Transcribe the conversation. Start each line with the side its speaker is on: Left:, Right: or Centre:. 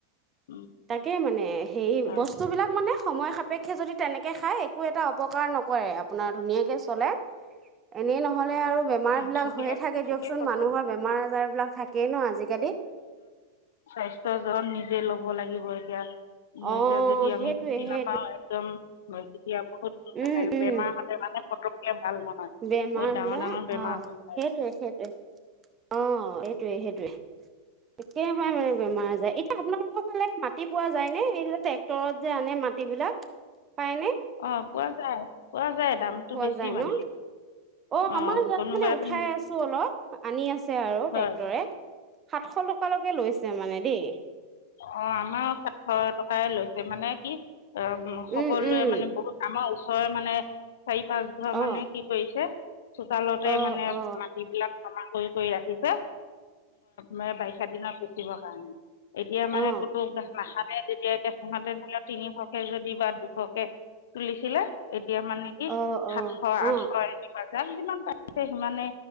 Left: উম,
Right: তাকে মানে, সেই
Left: হয়
Right: বস্তু বিলাক মানে, সময় সাপেক্ষে যদি তেনেকে খায় একো এটা অপকাৰ নকৰে, আপোনাৰ ধুনীয়াকে চলে। এনেই নহলে আৰু বেমাৰ
Left: অঁ
Right: বিলাক
Left: ঠিকে
Right: হৈয়ে থাকে
Left: ঠিকে
Right: দিয়কচোন
Left: কৈছে
Right: মানুহৰ
Left: বাৰু
Right: বেমাৰ -আজাৰ বিলাক থাকেই ন আজিকালি।
Left: স্বাস্থ্যৰ যত্ন নিজে ল'ব লাগিব এতিয়া। শুওঁতে
Right: অঁ
Left: যদি আমি
Right: সেইটোৱে
Left: বুজি নাপাই
Right: সেইটোৱে
Left: একদম। হয়, যেতিয়া বহুত
Right: উম
Left: হেৰি
Right: উম।
Left: বেমাৰ হলে মানে ফটকে ভাল নহয়।
Right: বেমাৰ
Left: বহুত ডাঙৰ
Right: হ'লে
Left: -ডাঙৰ বেমাৰ হৈ যায়
Right: সেইটোৱে, সেইটোৱে অ', এইটোৱে, সেইটোৱে একেবাৰে মানে বেমাৰ আজাৰ এতিয়া আপোনালোকৰ এইফালে মাটি পোৱা যায় নে, এই ট্ৰেক্টৰত যে আনে মাটিবিলাক পায়নে।
Left: অ', পোৱা যায়, পোৱা যায়। দামটো
Right: পোৱা
Left: বেছি
Right: যায়
Left: মানে
Right: ন। অ',
Left: অঁ
Right: আমাৰ ইয়াতো
Left: কোনোবাই
Right: মানে উঠাই
Left: কোনোবাই
Right: আছো অলপ। আনি আছে আৰু
Left: হয়
Right: ট্ৰেক্টৰে সাতশ টকালৈকে লৈছে মানে দেই।
Left: অ', আমাৰো সাতশ টকাই লৈছে মানে কি? অ'হ, সকলোৱে
Right: উম উম
Left: মানে বহুত আমাৰ ওচৰৰে মানে চাৰি, পাঁচ ঘৰ
Right: অ
Left: মানে কি কৰিছে? চোতালতে
Right: অ
Left: মানে
Right: অ
Left: মাটিবলাক জমা কৰি- কৰি ৰাখিছে, মই বাৰিষা দিনত পুতিবৰ কাৰণে। এতিয়া মানে
Right: অ
Left: কুতুকাখাত যেতিয়াকে তেনেহলে তিনিশ কে যদি বা দুশকে তুলিছিলে এতিয়া মানে কি
Right: অ
Left: সাতশ,
Right: অ অ
Left: আঠশ এনেকুৱা, যাৰ যিমান পাছে সিমানে।